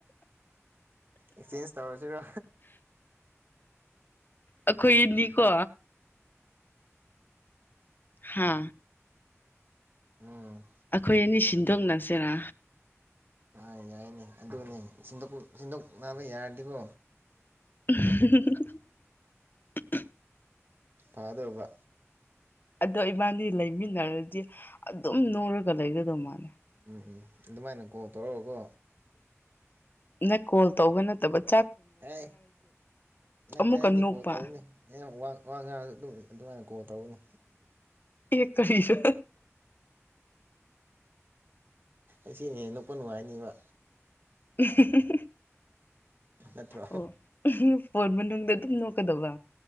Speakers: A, on the right; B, on the left.
A: ꯑꯦꯁꯆꯦꯟꯁ ꯇꯧꯔꯁꯤꯔꯣ
B: ꯑꯩꯈꯣꯏ ꯑꯅꯤꯀꯣ ꯍꯥ
A: ꯎꯝ
B: ꯑꯩꯈꯣꯏ ꯑꯅꯤ ꯁꯤꯟꯗꯣꯛꯅꯔꯁꯤꯔꯥ
A: ꯑ ꯌꯥꯏꯅꯦ ꯑꯗꯨꯅꯦ ꯁꯤꯟꯗꯣꯛ ꯁꯤꯟꯗꯣꯛꯅꯕ ꯌꯥꯔꯗꯤꯀꯣ
B: <unintelligible>
A: ꯐꯥꯗꯧꯕ
B: ꯑꯗꯣ ꯏꯕꯥꯅꯤ ꯂꯩꯃꯤꯟꯅꯔꯗꯤ ꯑꯗꯨꯝ ꯅꯣꯛꯔꯒ ꯂꯩꯒꯗꯧ ꯃꯥꯅꯦ
A: ꯎꯝ ꯎꯝ ꯑꯗꯨꯃꯥꯏꯅ ꯀꯣꯜ ꯇꯧꯔꯒꯀꯣ
B: ꯅꯠ ꯀꯣꯜ ꯇꯧꯕ ꯅꯠꯇꯕꯠ
A: ꯍꯩ ꯅꯠꯇꯦ
B: ꯑꯃꯨꯛꯀ
A: ꯑꯩꯗꯤ
B: ꯅꯣꯛꯄ
A: ꯀꯣꯜ ꯇꯧꯅꯤ ꯅꯪ ꯋꯥ ꯋꯥ ꯉꯥꯡ ꯗꯨ ꯑꯗꯨꯃꯥꯏ ꯀꯣꯜ ꯇꯧꯒꯅꯤ
B: ꯑꯦ ꯀꯔꯤꯁꯨ
A: ꯑꯁꯤꯅꯦ ꯅꯣꯛꯄ ꯅꯨꯡꯉꯥꯏꯅꯤꯕ
B: <unintelligible>
A: ꯅꯠꯇ꯭ꯔꯣ
B: ꯑꯣ ꯐꯣꯟ ꯃꯅꯨꯡꯗ ꯑꯗꯨꯝ ꯅꯣꯛꯀꯗꯧꯕ